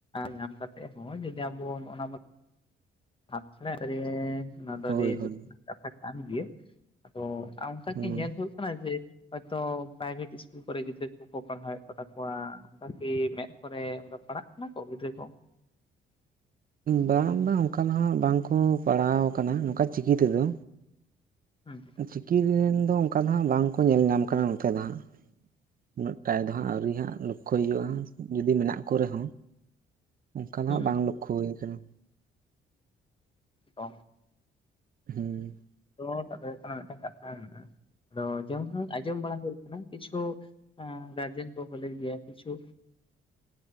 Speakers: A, on the left; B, on the right.
A: ᱧᱟᱢ ᱠᱟᱛᱮᱫ ᱦᱚᱸ ᱡᱩᱫᱤ ᱟᱵᱚ ᱱᱚᱜᱼ ᱱᱟ ᱟᱪᱪᱷᱟ ᱱᱚᱣᱟ ᱫᱚ
B: ᱦᱳᱭ
A: ᱟᱹᱰᱤ
B: ᱦᱳᱭ
A: ᱫᱩᱠ ᱨᱮᱱᱟᱜ ᱠᱟᱛᱷᱟ ᱠᱟᱱ ᱜᱮᱭᱟ ᱟᱫᱚ ᱟᱢᱠᱟ
B: ᱦᱩᱸ
A: <unintelligible> ᱧᱮᱞ ᱦᱩᱭᱩᱜ ᱠᱟᱱᱟ ᱡᱮ ᱦᱚᱭᱛᱳ ᱯᱨᱟᱭᱵᱷᱮᱴ ᱤᱥᱠᱩᱞ ᱠᱚᱨᱮ ᱜᱤᱫᱽᱨᱟᱹ ᱠᱚᱠᱚ ᱯᱟᱲᱦᱟᱣᱮᱫ ᱠᱚᱛᱟ ᱠᱚᱣᱟ ᱚᱱᱠᱟ ᱠᱤ ᱢᱮᱫ ᱠᱚᱨᱮ ᱚᱱᱟ ᱯᱟᱲᱦᱟᱜ ᱠᱟᱱᱟ ᱠᱚ ᱜᱤᱫᱽᱨᱟᱹ ᱠᱚ
B: ᱵᱟᱝ ᱵᱟᱝ ᱚᱱᱠᱟ ᱫᱚ ᱦᱟᱜ ᱵᱟᱝᱠᱚ ᱯᱟᱲᱦᱟᱣ ᱠᱟᱱᱟ ᱱᱚᱝᱠᱟ ᱪᱤᱠᱤ ᱛᱮᱫᱚ᱾
A: ᱦᱩᱸ
B: ᱪᱤᱠᱤ ᱨᱮᱱ ᱫᱚ ᱚᱱᱠᱟ ᱫᱚᱦᱟᱸᱜ ᱵᱟᱝᱠᱚ ᱧᱮᱞ ᱧᱟᱢ ᱠᱟᱱᱟ ᱱᱚᱛᱮ ᱫᱚ ᱦᱟᱸᱜ ᱩᱱᱟᱹᱜ ᱴᱟᱭ ᱫᱚᱦᱟᱸᱜ ᱟᱹᱣᱨᱤ ᱦᱟᱸᱜ ᱞᱚᱠᱠᱷᱚᱭ ᱦᱩᱭᱩᱜᱼᱟ ᱡᱚᱫᱤ ᱢᱮᱱᱟᱜ ᱠᱚ ᱨᱮᱦᱚᱸ᱾ ᱚᱱᱠᱟᱱᱟᱜ
A: ᱦᱩᱸ
B: ᱵᱟᱝ ᱞᱚᱠᱠᱷᱚ ᱦᱩᱭ ᱟᱠᱟᱱᱟ
A: ᱚ
B: ᱦᱮᱸ
A: ᱢᱤᱫᱴᱟᱝ ᱠᱟᱛᱷᱟ ᱢᱮᱱᱟᱜᱼᱟ ᱟᱫᱚ ᱡᱮ ᱟᱸᱡᱚᱢ ᱵᱟᱲᱟ ᱦᱩᱭᱩᱜ ᱠᱤᱪᱷᱩ ᱜᱟᱨᱡᱮᱱ ᱠᱚ ᱠᱚᱞᱤ ᱜᱮᱭᱟ ᱠᱤᱪᱷᱩ